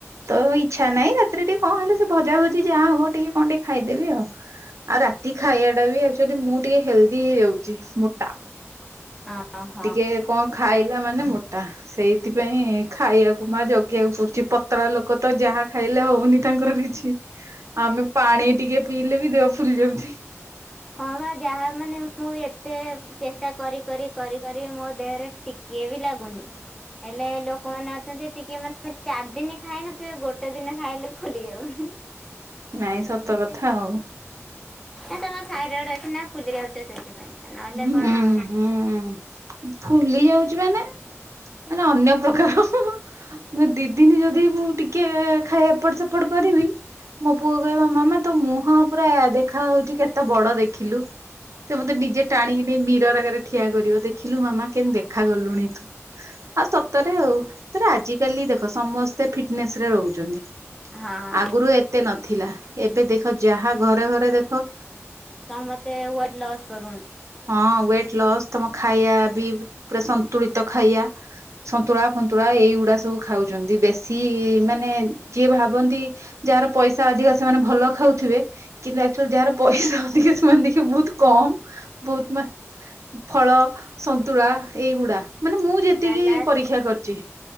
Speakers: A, on the right; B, in the centre.
A: ତ ଏଇ। ଇଚ୍ଛା ନାଇଁ ରାତିରେ ଟିକେ କଣ ହେଲେ ସେ ଭଜା ଭଜି ଯାହା ହବ ଟିକେ କଣ ଟିକେ ଖାଇ ଦେବି ଆଉ। ଆଉ ରାତି ଖାଇବା ଟା ବି ଆକଚୁଆଲି ମୁଁ ଟିକେ ହେଲ୍ଦି ହେଇଯାଉଛି ମୋଟା।
B: <inaudible>
A: ଟିକେ କଣ ଖାଇଲା ମାନେ ମୋଟା। ସେଇଥିପାଇଁ ଖାଇବାକୁ ମା ଜଗିବାକୁ ପଡୁଛି ପତଳା ଲୋକ ତ ଯାହା ଖାଇଲେ ହଉନି ତାଙ୍କର କିଛି। ଆମେ ପାଣି ଟିକେ ପିଇଲେ ବି ଦେହ ଫୁଲି ଯାଉଛି।
B: ହଁ ବା ଯାହା ମାନେ। ମୁଁ ଏତେ ଚେଷ୍ଟା କରି କରି କରି କରି ମୋ ଦେହରେ ଟିକେ ବି ଲାଗୁନି। ହେଲେ ଲୋକମାନେ ଅଛନ୍ତି ଟିକେ ମାନେ। ଚାରି ଦିନ ଖାଇନଥିବେ ଗୋଟେ ଦିନ ଖାଇଲେ ଫୁଲି ଯାଉ।
A: ନାଇଁ ସତ କଥା ଆଉ।
B: ଏ ତମ ଥାଇରଏଡ ଅଛି ନା ଫୁଲି ଯାଉଛ ସେଥିପାଇଁକା ନହେଲେ
A: ହୁଁ
B: କଣ।
A: ହୁଁ ଫୁଲି ଯାଉଛି ମାନେ ମାନେ ଅନ୍ୟ ପ୍ରକାର। ମୁଁ ଦି ଦିନ ଯଦି ମୁଁ ଟିକେ ଖାଇ ଏପଟ ସେପଟ କରିବି। ମୋ ପୁଅ କହିବ ମାମା ତ ମୁଁହ ପୁରା ଦେଖା ହଉଛି କେତେ ବଡ ଦେଖିଲୁ। ସେ ମତେ ନିଜେ ଟାଣିକି ନେଇ ମୀରର୍ ଆଗରେ ଠିଆ କରିବ ଦେଖିଲୁ ମାମା କେମତି ଦେଖା ଗଲୁଣି ତୁ। ଆଉ ସତରେ ଆଉ। ତରେ ଆଜିକାଲି ଦେଖ ସମସ୍ତେ ଫିଟନେସ୍ ରେ ରହୁଛନ୍ତି
B: ହଁ
A: ଆଗରୁ ଏତେ ନଥିଲା ଏବେ ଦେଖ ଯାହା ଘରେ ଘରେ ଦେଖ।
B: ସମସ୍ତେ ୱେଟ ଲସ୍ କରୁଅନ୍ତି।
A: ହଁ ୱେଟ ଲସ୍ ତମ ଖାଇବା ବି ପୁରା ସନ୍ତୁଳିତ ଖାଇବା। ସନ୍ତୁଳା ଫନ୍ତୁଳା ଏଇଗୁଡା ସବୁ ଖାଉଛନ୍ତି ବେଶୀ ମାନେ ଯିଏ ଭାବନ୍ତି। ଯାହାର ପଇସା ଅଧିକା ସେମାନେ ଭଲ ଖାଉଥିବେ। କିନ୍ତୁ ଆକ୍ଚୁଆଲି ଯାହାର ପଇସା ଅଧିକ ସେମାନେ ଦେଖିବ ବହୁତ କମ ବହୁତ ମ ଫଳ ସନ୍ତୁଳା ଏଇଗୁଡା ମାନେ ମୁଁ ଯେତିକି
B: ସାଲାଡ
A: ପରୀକ୍ଷା କରିଛି